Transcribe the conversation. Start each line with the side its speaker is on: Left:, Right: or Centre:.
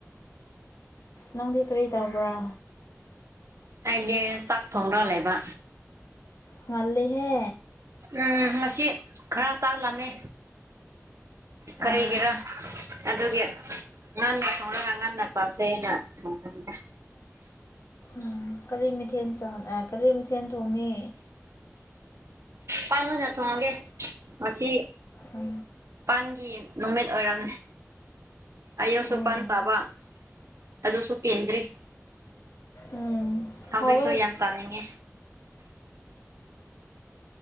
Left: ꯅꯪꯗꯤ ꯀꯔꯤ ꯇꯧꯕ꯭ꯔꯥ?
Right: ꯑꯩꯖꯦ ꯆꯥꯛ ꯊꯣꯡꯔ ꯂꯩꯕ꯫
Left: ꯉꯜꯂꯦꯍꯦ
Right: ꯑ ꯉꯁꯤ ꯈ꯭ꯔ ꯆꯥꯛ ꯂꯥꯝꯃꯦ ꯀꯔꯤꯒꯤꯔꯥ
Left: ꯑꯣ
Right: ꯑꯗꯨꯒꯤ ꯉꯥꯟꯅ ꯊꯣꯡꯔꯒ ꯉꯥꯟꯅ ꯆꯥꯁꯦꯅ ꯍꯥꯏꯅ ꯊꯣꯡꯕꯅꯤꯗ꯫
Left: ꯎꯝ ꯀꯔꯤ ꯃꯊꯦꯜ ꯆꯥꯟ ꯑ ꯀꯔꯤ ꯃꯊꯦꯟ ꯊꯣꯡꯅꯤ?
Right: ꯄꯥꯟ ꯑꯣꯏꯅ ꯊꯣꯡꯉꯒꯦ ꯉꯁꯤ
Left: ꯑꯣ
Right: ꯄꯥꯟꯒꯤ ꯅꯨꯃꯤꯠ ꯑꯣꯏꯔꯝꯃꯦ꯫ ꯑꯌꯨꯛꯁꯨ
Left: ꯎꯝ
Right: ꯄꯥꯥꯟ ꯆꯥꯕ ꯑꯗꯨꯁꯨ ꯄꯦꯟꯗ꯭ꯔꯤ꯫
Left: ꯎꯝ
Right: ꯍꯧꯖꯤꯛꯁꯨ
Left: ꯍꯥꯎꯋꯦ
Right: ꯌꯥꯝ ꯆꯥꯅꯤꯡꯉꯦ꯫